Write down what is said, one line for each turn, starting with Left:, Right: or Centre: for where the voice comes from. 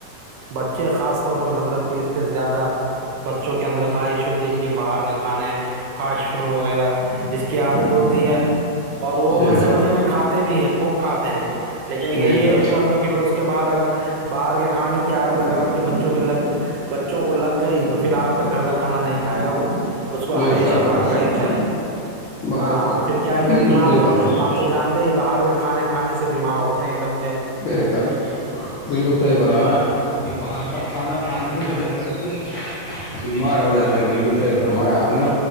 Right: بچے خاص طور پہ مطلب کہ اس پہ زیادہ بچوں کے اندر خواہش ہوتی ہے کہ باہر کے کھانے فاسٹ فوڈ وغیرہ اس کی عادت ہوتی ہے اور وہ
Left: بے
Right: مزے
Left: شک
Right: مزے میں کھاتے بھی ہیں خوب کھاتے ہیں لیکن یہی
Left: بے
Right: ہے
Left: شک
Right: کہ مطلب کہ پھر اس کے بعد اگر باہر کے کھانے کی عادت اگر آپ کے بچوں کے لگ بچوں کو لگ گئی تو پھر آپ کا گھر کا کھانا نہیں کھائے گا وہ اس کو
Left: بے
Right: ہمیشہ
Left: شک
Right: باہر
Left: بے
Right: کا
Left: شک
Right: ہی چاہیے
Left: باہر
Right: ہاں پھر کیا ہے
Left: بالکل
Right: یہ بیمار
Left: صحیح فرمایا
Right: تو آپ تو جانتے ہی باہر کے کھانے کا کھانے سے بیمار ہوتے ہیں بچے
Left: بے شک بالکل صحیح فرمایا کہ باہر کا کھانا کھانے سے جو ہے بچے بیمار ہو جاتے ہیں بالکل صحیح فرمایا آپ نے